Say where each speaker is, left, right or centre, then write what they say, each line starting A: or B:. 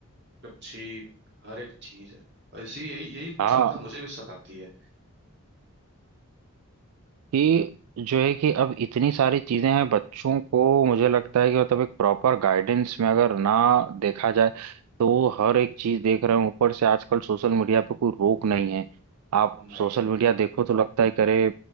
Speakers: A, on the right; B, on the right.
A: अच्छी हर एक चीज है ऐसी यही यही
B: हाँ
A: चिंता मुझे भी सताती है
B: कि जो है कि अब इतनी सारी चीजें हैं बच्चों को मुझे लगता है कि मतलब एक प्रॉपर गाइडेंस में अगर ना देखा जाए तो वो हर एक चीज देख रहे हैं ऊपर से आजकल सोशल मीडिया पे कोई रोक नहीं है आप
A: नहीं
B: सोशल मीडिया देखो तो लगता है कि अरे